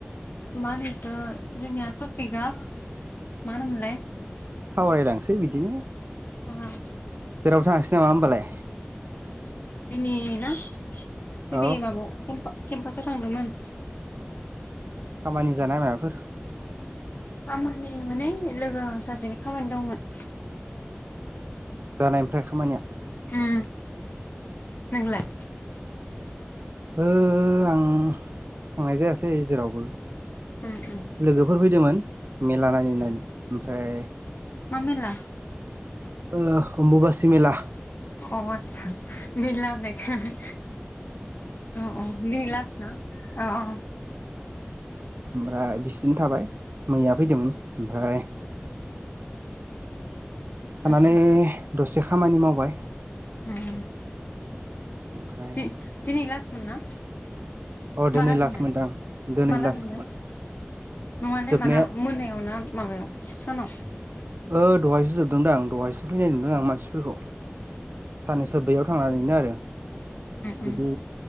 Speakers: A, on the left (about 45°); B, on the right (about 55°).
A: माहोनो बेखौ जोंनिया थफिका मा होनोमोनलाय?
B: सावरायलांसै बिदिनो
A: <unintelligible>
B: जेरावबो थाङासै नामा होमबालाय?
A: दिनै ना दिनै
B: औ
A: माबा केम केम्पासाव थांदोंमोन।
B: खामानि जानाय माबाफोर
A: खामानि माने लोगो सासेनि खामानि दंमोन।
B: जानाय ओमफ्राय खामानिया?
A: उम नोंलाय?
B: ओ आं थांनाय जायासै जेरावबो।
A: उम उम
B: लोगोफोर फैदोंमोन मेला नायनो होन्नानै ओमफ्राय
A: मा मेला?
B: <unintelligible> अमबुुबासि मेला।
A: अ आतसा मेला होन्नायखाय अ अ दिनै लास्थ ना? अ अ
B: ओमफ्राय बिसोरदोनो थाबाय मैया फैदोंमोन ओमफ्राय थानानै
A: आतसा
B: दसे खामानि मावबाय।
A: उम
B: ओमफ्राय
A: दि-दिनि लास्त मोनना?
B: अ दिनै
A: माला
B: लास्ट
A: जोबनाय
B: मोनदां दिनै
A: माला
B: लास्ट
A: जोबनाय?
B: खोमा
A: नङालै
B: जोबनाया
A: माला मोनायाव ना माबायाव सानाव?
B: ओ दहायसो जोबदोंदां दहायसो फैनाय नुदों आं मानसिफोरखौ। साननैसो बैयाव थांनानैनो आरो
A: उम
B: बिदि